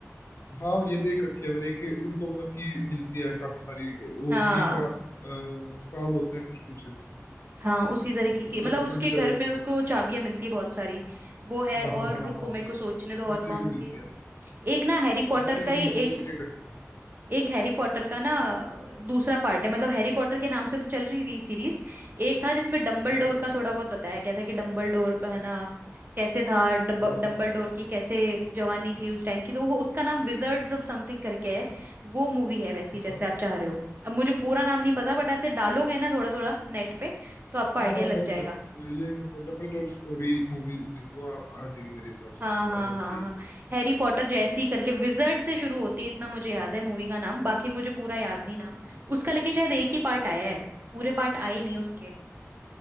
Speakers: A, on the left; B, on the right.
A: हाँ ये देख रखी है मैंने कि उनको मतलब की मिलती है काफी सारी वो
B: हाँ
A: की का अ, काम होता है कुछ कुछ
B: हाँ उसी तरीके की
A: क-
B: मतलब उसके
A: कभी
B: घर
A: दरवाजा
B: में उसको चाबियां मिलती है बहुत सारी वो है
A: हाँ
B: और
A: हाँ हाँ
B: रुको
A: हाँ
B: मेरे
A: हाँ
B: को सोचने दो
A: बच्चे
B: और कौन
A: को मिलती
B: सी है
A: है
B: एक ना हैरी पॉटर
A: बच्चे को
B: का ही
A: मिलती है
B: एक
A: ना, ये देख रखी है मैंने
B: एक हैरी पॉटर का ना दूसरा पार्ट है मतलब हैरी पॉटर के नाम से तो चल रही रही सीरीज एक था जिसमें डम्बल
A: हाँ
B: डोर का थोड़ा बहुत बताया गया था कि डम्बल डोर है ना कैसे था डम्बल
A: हाँ
B: डोर की कैसे जवानी थी उस टाइम की तो वो उसका नाम विजर्ड्स ऑफ समथिंग करके है वो मूवी है वैसी
A: हाँ
B: जैसे आप चाह रहे हो अब मुझे पूरा नाम नहीं पता बट ऐसे डालोगे ना थोड़ा थोड़ा नेट पे तो आपको आइडिया
A: हाँ हाँ
B: लग
A: डबल
B: जाएगा
A: डो- ये कर दो डबल डोर स्टोरी मूवी लिख दो आ, आ जाएगी मेरे हिसाब
B: हाँ
A: से तो
B: हाँ
A: आ जानी
B: हाँ
A: चाहिए
B: हाँ हैरी पॉटर जैसी करके विजर्ड से शुरू होती है इतना मुझे याद है मूवी का नाम बाकी मुझे पूरा याद नहीं नाम
A: हम्म
B: उसका लेकिन शायद एक ही पार्ट आया है पूरे पार्ट आए नहीं उसके